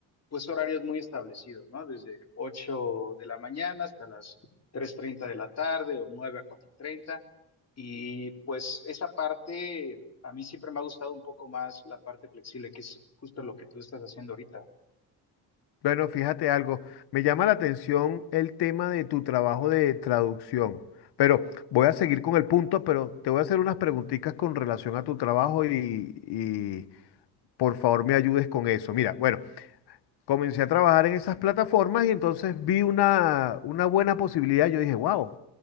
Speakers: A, on the left; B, on the left.
A: pues horarios muy establecidos, ¿no? Desde 8 de la mañana hasta las tres treinta de la tarde o nueve a cuatro treinta Y pues esa parte, a mí siempre me ha gustado un poco más la parte flexible, que es justo lo que tú estás haciendo ahorita.
B: Bueno, fíjate algo, me llama la atención el tema de tu trabajo de traducción, pero voy a seguir con el punto, pero te voy a hacer unas preguntitas con relación a tu trabajo y, y por favor me ayudes con eso. Mira, bueno, comencé a trabajar en esas plataformas y entonces vi una, una buena posibilidad, yo dije, wow.